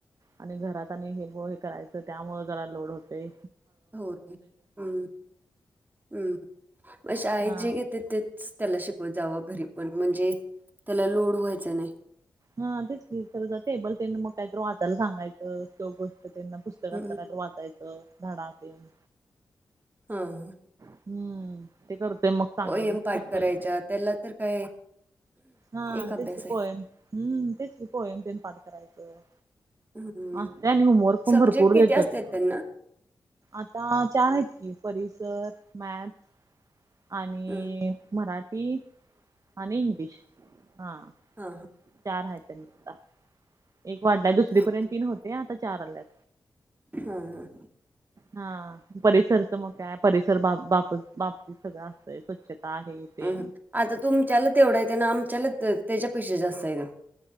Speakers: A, on the right (about 45°); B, on the right (about 25°).
A: आणि घरात आणि हे हे करायचं त्यामुळ जरा लोड होते
B: हो हम् हम् मा आहेत
A: हा
B: जे घेत्यात त्याला शिकवत जावा घरी पण म्हणजे त्याला लोड व्हायचं नाही
A: हा तेच तर टेबल त्यांना मग काहीत वाचायला सांगायं किं गोष्ट त्यांना घातलं
B: हम्म.
A: काय वाचायचं धडा तन
B: हां
A: हम्म ते करतय मग संगाल
B: पोयम
A: तस
B: पाठ
A: करतय
B: करायच्या त्याला तर काय
A: हा
B: एक अभ्यास
A: तेच की
B: आहे
A: पोयम हम्म तेच की पोयम तेन पाठ करायचं
B: हम्म
A: ह त्यानी होमवर्क प
B: सब्जेक्ट
A: भरपूर
B: किती
A: देतात
B: असतात त्यांना
A: आता चार आहेत की परिसर मॅस्थ आणि
B: ह
A: मराठी आणि इंग्लिश हां
B: ह हा
A: चार आहे त्यां आता एक वाटलाय दुसरीपर्यंत
B: हा
A: तीन होते आता चार आल्यात
B: हा हा.
A: हा परिसरचं मग काय परिसर बा बा बाबतीत सगळं असतय स्वच्छता आहे ते
B: अम आता तुमच्याला तेवढा येत ना आमच्याला ते त्याच्या पेक्षा जास्त हायत